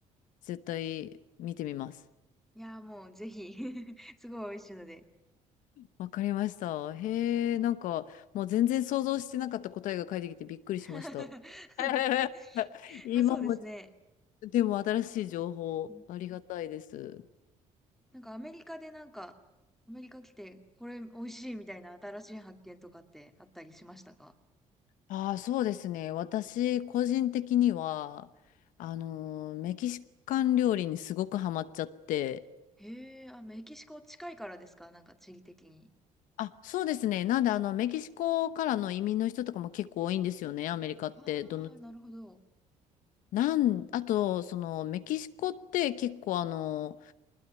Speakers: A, on the left; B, in the centre.
A: 絶対見てみます。
B: いやー、もうぜひ <laughs> すごい美味しいので。
A: わかりました。へえ、なんかもう全然想像してなかった答えが返ってきてびっくりしました。
B: <laughs>
A: <laughs> 今も、
B: まあそうですね。
A: でも新しい情報ありがたいです。
B: うんなんかアメリカでなんか、アメリカ来て、これ美味しいみたいな新しい発見とかってあったりしましたか
A: ああ、そうですね。私、個人的には、あのー、メキシカン料理にすごくハマっちゃって。
B: へえ、あ、メキシコ近いからですかなんか地理的に。
A: あ、そうですね。なんで、あの、メキシコからの移民の人とかも結構多いんですよね、アメリカって。
B: ああ、
A: どの、
B: なるほど。
A: なん、あと、その、メキシコって結構、あの、